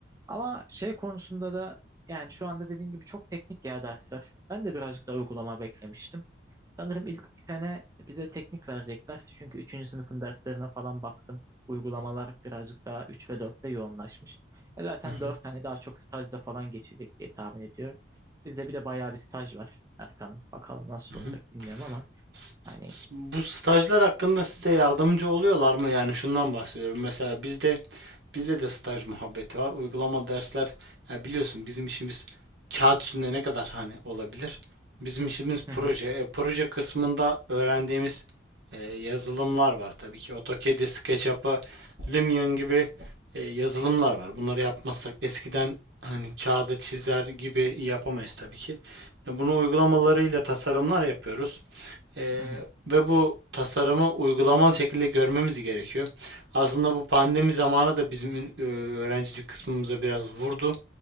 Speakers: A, on the right; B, on the right.
A: ama şey konusunda da yani şu anda dediğin gibi çok teknik ya dersler. Ben de birazcık daha uygulama beklemiştim. Sanırım ilk iki sene bize teknik verecekler. Çünkü üçüncü sınıfın derslerine falan baktım. Uygulamalar birazcık daha 3 ve dörtte yoğunlaşmış. E zaten
B: Hı hı.
A: 4 hani daha çok stajda falan geçecek diye tahmin ediyorum. Bizde bir de bayağı bir staj var Erkan'ım. Bakalım nasıl
B: Hı hı.
A: olacak bilmiyorum ama
B: S-
A: hani
B: s- Bu stajlar hakkında size yardımcı oluyorlar mı? Yani şundan bahsediyorum. Mesela bizde Bizde de staj muhabbeti var. Uygulama dersler ya biliyorsun bizim işimiz kağıt üstünde ne kadar hani olabilir? Bizim işimiz
A: hı
B: proje.
A: hı,
B: E, proje kısmında öğrendiğimiz e, yazılımlar var tabii ki. AutoCAD'i, SketchUp'ı, Lumion gibi e, yazılımlar var. Bunları yapmazsak eskiden hani kağıda çizer gibi yapamayız tabii ki. E, bunu uygulamalarıyla tasarımlar yapıyoruz. Eee,
A: hı hı,
B: ve bu tasarımı uygulamalı şekilde görmemiz gerekiyor. Aslında bu pandemi zamanı da bizim e, öğrencilik kısmımıza biraz vurdu